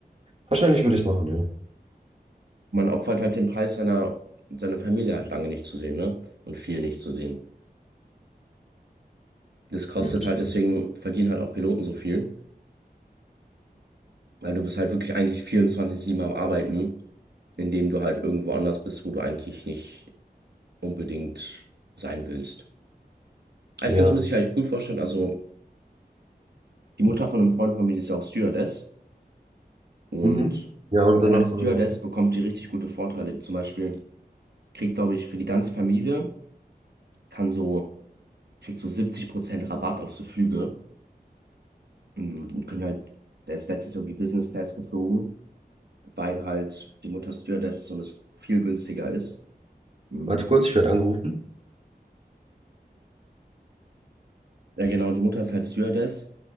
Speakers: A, on the right (about 40°); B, on the right (about 80°).
A: wahrscheinlich würde ich es machen, ja.
B: Man opfert halt den Preis seiner, seiner Familie halt lange nicht zu sehen, ne? Und viel nicht zu sehen. Das kostet
A: Ja, das
B: halt,
A: stimmt.
B: deswegen verdienen halt auch Piloten so viel. Weil du bist halt wirklich eigentlich 24-7 am Arbeiten, indem du halt irgendwo anders bist, wo du eigentlich nicht unbedingt sein willst. Aber
A: Ja.
B: ich kann es mir sicherlich cool vorstellen. Also, die Mutter von einem Freund von mir die ist ja auch Stewardess. Und
A: Mhm. Ja, unsere
B: allein
A: Nachbarin
B: als Stewardess
A: auch.
B: bekommt die richtig gute Vorteile. Zum Beispiel kriegt, glaube ich, für die ganze Familie, kann so, kriegt so 70% Rabatt auf so Flüge. Und können halt, der ist letztens irgendwie Business Class geflogen. weil halt die Mutter Stewardess ist und es viel günstiger ist. Mhm.
A: Warte kurz, ich werde angerufen.
B: Ja, genau, die Mutter ist halt Stewardess,